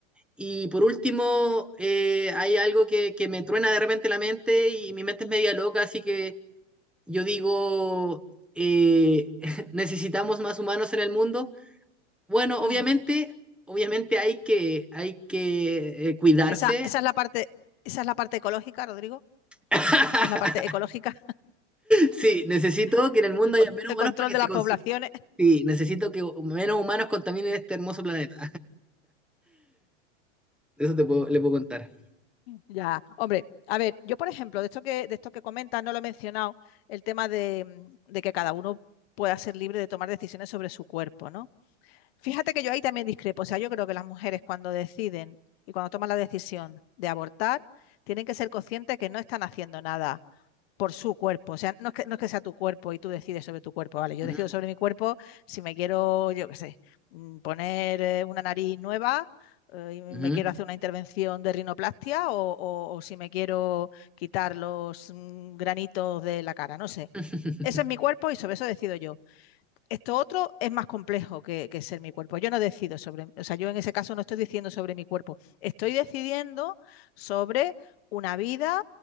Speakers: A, in the centre; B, on the left.
A: Y por último, eh, hay algo que, que me truena de repente la mente y mi mente es media loca, así que yo digo, eh, <laughs> necesitamos más humanos en el mundo. Bueno,
B: Mm.
A: obviamente, obviamente hay que, hay que eh, cuidarse.
B: Esa, esa es la parte, esa es la parte ecológica, Rodrigo.
A: <laughs>
B: Esa es la parte ecológica,
A: Sí, necesito
B: <laughs>
A: que en el mundo
B: el, co-
A: haya menos
B: el
A: humanos
B: control
A: para que
B: de
A: se
B: las
A: consuma.
B: poblaciones. <laughs>
A: Sí, necesito que menos humanos contaminen este hermoso planeta. Eso te puedo, le puedo contar.
B: Ya, hombre, a ver, yo por ejemplo, de esto que, de esto que comentas, no lo he mencionado, el tema de, mm, de que cada uno pueda ser libre de tomar decisiones sobre su cuerpo, ¿no? Fíjate que yo ahí también discrepo. O sea, yo creo que las mujeres cuando deciden y cuando toman la decisión de abortar, tienen que ser conscientes que no están haciendo nada por su cuerpo. O sea, no es, que, no es que sea tu cuerpo y tú decides sobre tu cuerpo, ¿vale? Yo
A: Ujú,
B: decido sobre mi cuerpo si me quiero, yo qué sé, mm, poner eh, una nariz nueva, eh, y me
A: ujú.
B: quiero hacer una intervención de rinoplastia o, o, o, si me quiero quitar los mm, granitos de la cara, no sé.
A: <laughs>
B: Eso es mi cuerpo y sobre eso decido yo esto otro es más complejo que, que, ser mi cuerpo. Yo no decido sobre, o sea, yo en ese caso no estoy diciendo sobre mi cuerpo, estoy decidiendo sobre una vida